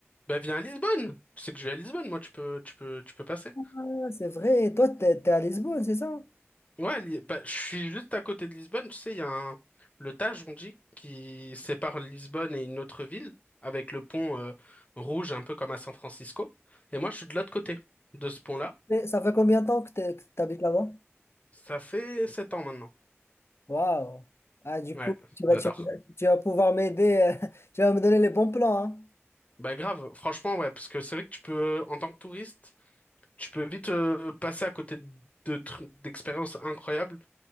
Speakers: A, on the left; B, on the left.
A: Bah viens à Lisbonne. Tu sais que je vais à Lisbonne, moi tu peux tu peux tu peux passer.
B: Ah, c'est vrai, toi, t'es, t'es à Lisbonne, c'est ça?
A: Ouais, Li- bah, je suis juste à côté de Lisbonne, tu sais, il y a un le Tage on dit qui sépare Lisbonne et une autre ville avec le pont euh, rouge un peu comme à San Francisco et moi je suis de l'autre côté de ce pont-là.
B: Mais ça fait combien de temps que t'es- que t'habites là-bas?
A: Ça fait sept ans maintenant.
B: Waouh! Ah, du
A: Ouais,
B: coup, tu vas,
A: j'adore.
B: tu vas, tu vas pouvoir m'aider, euh, <laughs> tu vas me donner les bons plans, hein?
A: Bah grave, franchement ouais parce que c'est vrai que tu peux en tant que touriste, tu peux vite euh, passer à côté de trucs d'expériences incroyables